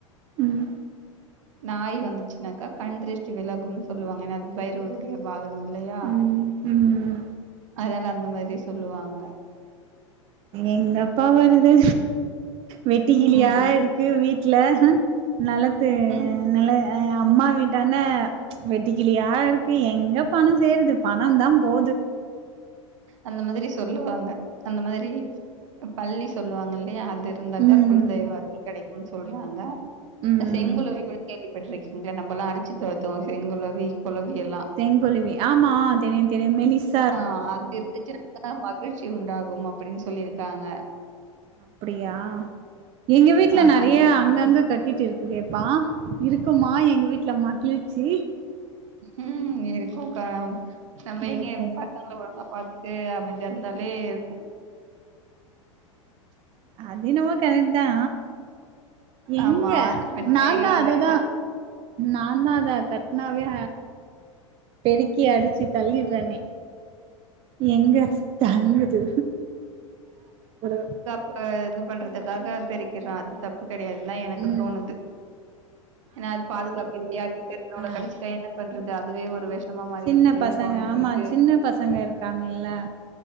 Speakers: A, on the right; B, on the right.
A: ம்
B: நாய் வந்துச்சுனாக்கா கண் திர்ஷ்டி விலகும் சொல்லுவாங்க ஏனா பைரவருடைய வாகனம் இல்லையா
A: ம் ம்
B: அதனால அந்த மாரி சொல்லுவாங்க
A: எங்க அப்பா வருது வெட்டு கிளியா
B: ம்
A: இருக் கு வீட்ல நலத்து
B: ம்
A: நில அம்மா வீட்டான வெட்ட கிளியா இருக்கு எங்க பணம் செருது பணந் தா போ
B: அந்த மாதிரி சொல்லுவாங்க அந்த மாதிரி பள்ளி சொல்லுவாங்க இல்லையா அது இருந்தாக்கா
A: ம்
B: குளதெய்வ அருள் கெடைக்கும் சொல்றாங்க
A: ம்
B: இந்த செங்குள்ளவி கூட கேள்வி பட்ருக்கிங்ளா நம்பல்லா அடிச்சி தொரத்துவோ செங்குளவி குளவி எல்லா
A: செங்கொலிவி ஆமா தெரியு தெரியு மேலிஸ்
B: ஆ அது இருந்துச்சி <unintelligible> மகிழ்ச்சி உண்டாகும் அப்டின் சொல்லி இருக்காங்க
A: அப்டியா எங்க வீட்ல
B: ஆமா.
A: நெறைய அங்கங்க கட்டிட்டு இருக் குதேப்பா இருக்குமா எங்க வீட்ல மகிழ்ச்சி
B: ம் இருக்குக்கா நம்ம எங்க
A: இருக்குங்க
B: எப் ஒழுங்கா பாத்துட்டு அமைதியா இருந்தாலே இருக்கு
A: அது என்னவோ கரக்ட் தா
B: ஆமா
A: எங்க
B: ஆர்குமெண்ட்லா
A: நா
B: இல்லாம
A: தா அததா
B: இருந்தா
A: நான தா அத கட்னாவே பெருக்கி அடிச்சு தள்ளிட்றனே எங்க தாங்குது ஒரு
B: ஒ இது பண்றதுக்காக பெரிக்கிறோ அது தப்பு கெடையாதுன் தா எனக்கு
A: ம்
B: தோணுது ஏனா அது பாதுகாப்பு இல்லையா வீட்ல இருக்கவங்க
A: ஆ
B: கடிச்சிட்டா என்ன பண்றது அதுவே ஒரு வெஷமா மாறிடுது
A: சின்ன
B: இல்லையா
A: பசங்க
B: கொழந்தைங்களுக்கு
A: ஆமா சின்ன பசங்க இருக் காங்கல்ல